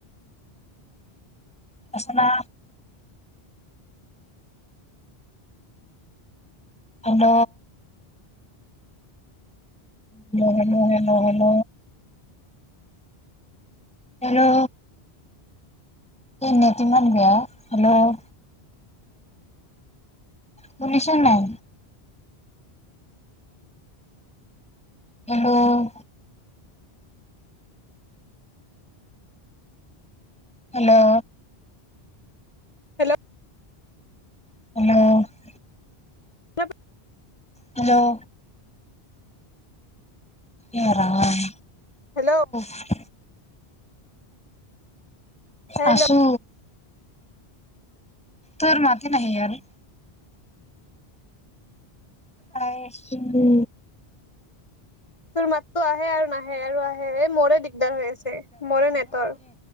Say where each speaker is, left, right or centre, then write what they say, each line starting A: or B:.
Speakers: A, in the centre; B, on the left.
A: আচা না? Hello! Hello, hello, hello, hello. Hello! ইয়াত নেট ইমান বেয়া, হেল্ল'! শুনিছ নে নাই? Hello! Hello!
B: Hello
A: hello!
B: <unintelligible>
A: Hello! হে ৰাম!
B: হেল্ল'
A: <unintelligible>
B: হেল্ল'
A: আছো। তোৰ মাতে নাহে ইয়াৰ? পাই আছো <unintelligible>
B: তোৰ মাতটো আহে আৰু না হে আৰু আহে, এই মোৰে দিগদাৰ হৈ আছে, মোৰে নেটৰ।